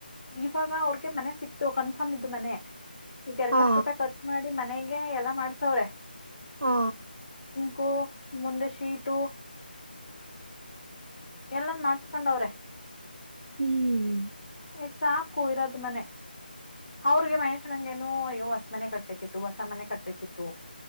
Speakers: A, on the left; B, on the right.
A: ಇವಾಗ ಅವ್ರಗೆ ಮನೆ ಸಿಕ್ ಇತ್ತು ಕನ್ಫರ್ಮ್ ಇದು ಮನೆ ಈಗ ಎರಡ್
B: ಹಾ
A: ಲಕ್ಷ ರೂಪಾಯಿ ಖರ್ಚು ಮಾಡಿ ಮನೆಗೆ ಎಲ್ಲಾ ಮಾಡ್ಸವ್ರ
B: ಹಾ
A: ಕ ಮುಂದಶೀಟು ಎಲ್ಲಂದ ಮಾಡ್ಸ್ಕೊಂಡವ್ರೆ
B: ಹ್ಮ್
A: ಎ ಸಾ ಕೊಯರದು ಮನೆ ಅವ್ರಿಗೆ ಮಹೇಶ್ನಗೆೇನು ಅಯ್ಯೋ ಹೊಸ ಮನೆ ಕಟ್ಬೇಕಿತ್ತು ಹೊಸ ಮನೆ ಕಟ್ಬೇಕಿತ್ತು